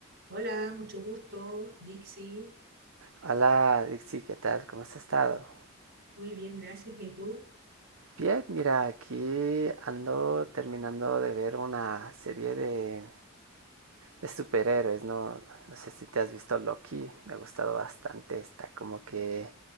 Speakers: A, on the right; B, on the right.
A: Hola, mucho gusto, Dixie.
B: Hola Dixie, ¿qué tal? ¿Cómo has estado?
A: Muy bien, gracias. ¿Y tú?
B: Bien, mira, aquí ando terminando de ver una serie de, de superhéroes, ¿no? No sé si te has visto Loki, me ha gustado bastante, está como que